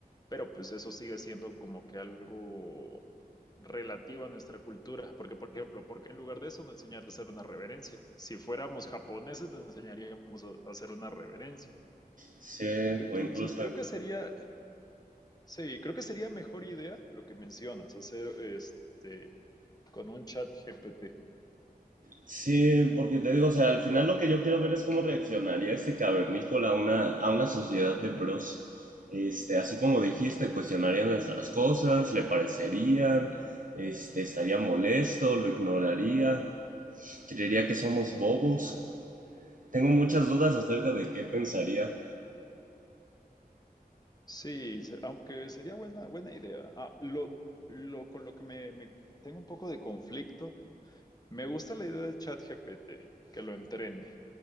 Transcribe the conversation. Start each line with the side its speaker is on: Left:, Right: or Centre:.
Left: pero pues eso sigue siendo como que algo relativo a nuestra cultura. Porque, por ejemplo, ¿por qué en lugar de eso no enseñar a hacer una reverencia? Si fuéramos japoneses, le enseñaríamos a a hacer una reverencia.
Right: Sí,
Left: Entonces
Right: o incluso...
Left: creo que sería, sí, creo que sería mejor idea lo que mencionas, hacer este con un chat GPT.
Right: Sí, porque te digo, o sea, al final lo que yo quiero ver es cómo reaccionaría este cavernícola a una, a una sociedad de bros. Este, así como dijiste, cuestionaría nuestras cosas, le parecerían, este, estaría molesto, lo ignoraría, creería que somos bobos. Tengo muchas dudas acerca de qué pensaría
Left: Sí, se- aunque sería buena, buena idea. Ah, lo, lo con lo que me, me- tengo un poco de conflicto. Me gusta la idea del chat GPT, que lo entrene.